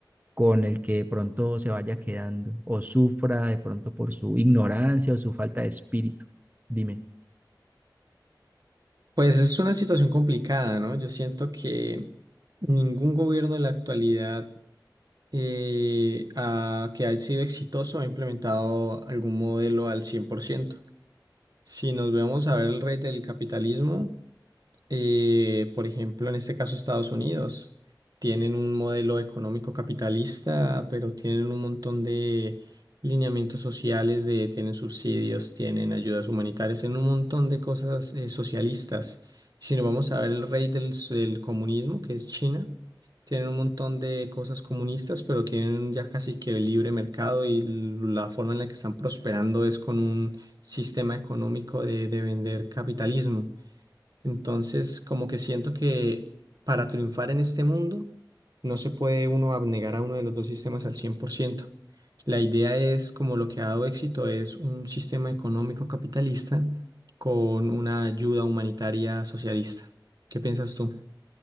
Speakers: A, on the right; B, on the right.
A: con el que de pronto se vaya quedando o sufra de pronto por su ignorancia o su falta de espíritu? Dime.
B: Pues es una situación complicada, ¿no? Yo siento que ningún gobierno en la actualidad eh, ha- que haya sido exitoso ha implementado algún modelo al cien por ciento Si nos vemos a ver el rey del capitalismo. eh, por ejemplo, en este caso Estados Unidos, tienen un modelo económico capitalista, pero tienen un montón de lineamientos sociales, de, tienen subsidios, tienen ayudas humanitarias, tienen un montón de cosas eh, socialistas. Si nos vamos a ver el rey del, s- del comunismo, que es China, tienen un montón de cosas comunistas, pero tienen ya casi que el libre mercado y l- la forma en la que están prosperando es con un sistema económico de de vender capitalismo. Entonces, como que siento que para triunfar en este mundo, no se puede uno abnegar a uno de los dos sistemas al 100%. La idea es, como lo que ha dado éxito, es un sistema económico capitalista con una ayuda humanitaria socialista. ¿Qué piensas tú?